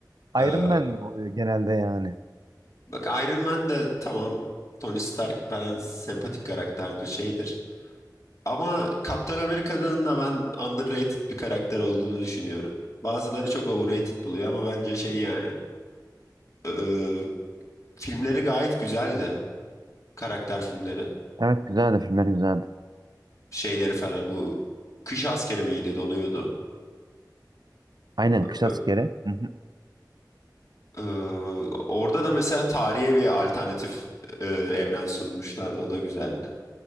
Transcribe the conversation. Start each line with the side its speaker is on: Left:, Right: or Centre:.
Right: Iron
Left: Ee,
Right: Man mi oluyor genelde yani?
Left: bak Iron Man de tamam Tony Stark falan sempatik karakterdir, şeydir. Ama Kaptan Amerika'nın da ben underrated bir karakter olduğunu düşünüyorum. Bazıları çok overrated buluyor ama bence şey yani. e, e, filmleri gayet güzeldi. Karakter filmleri.
Right: Evet güzeldi filmler güzeldi.
Left: Şeyleri falan bu. Kış askeri miydi donuyordu.
Right: Aynen
Left: E,
Right: Kış Askeri. Hı hı.
Left: e, orada da mesela tarihe bir alternatif e, evren sunmuşlardı. O da güzeldi.